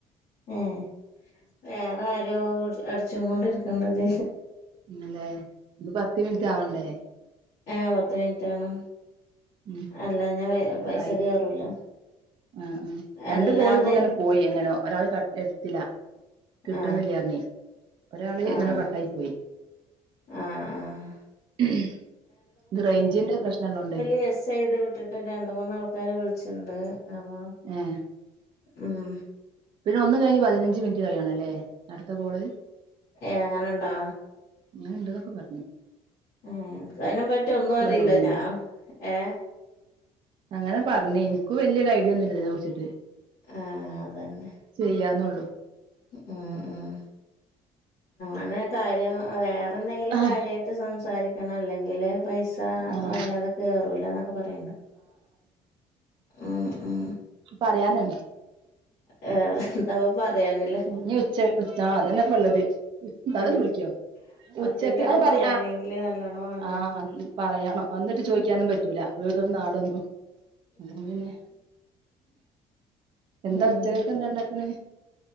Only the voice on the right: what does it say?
<unintelligible> ഇത് പത്ത് മിനിറ്റ് ആവണ്ടേ
ഉം
എത്ര
ആയി
ആഹ് ആഹ് രണ്ട്
കോള് ഇപ്പൊ ഇങ്ങനെ പോയി എങ്ങനോ ഒരാള് കട്ടെയ്ത് <unintelligible> കിട്ടുന്നില്ല
പറഞ്ഞ് ഒരാള് ഇങ്ങനെ
കട്ടായി പോയി
ഇത് റേയ്ഞ്ചിന്റെ പ്രശ്നൊള്ളോണ്ടേ
ഏഹ്
പിന്നെ ഒന്ന് കഴിഞ്ഞ് പതിനഞ്ച് മിനിറ്റ് കഴിയണല്ലേ അടുത്ത കോള്
അങ്ങനെ ഉണ്ട്ന്നൊക്കെ പറഞ്ഞ്
തോന്ന്ണ്
അങ്ങനെ പറഞ്ഞ് എനിക്ക് വല്യൊരു ഐഡിയ ഒന്നുമില്ല ഇതിനെ കുറിച്ചിട്ട്
ചെയ്യാന്നേ ഉള്ളൂ
ആഹ്
ആഹ്
പറയാന്
ഇനി ഉച്ച ഉച്ച അതന്നെ ഇപ്പേ ഉള്ളത് <unintelligible>
വിളിക്കോ
ഉച്ചക്ക് ആഹ് പറയാ
ആഹ് ആഹ് അൻ പറയണം എന്നിട്ട് ചോദിക്കാനും പറ്റൂല വീട നാടൊന്നും അത് കെണ്ടെന്നെ എന്താ
ഉച്ചകൊക്കെ എന്താ ഉണ്ടാക്കുന്ന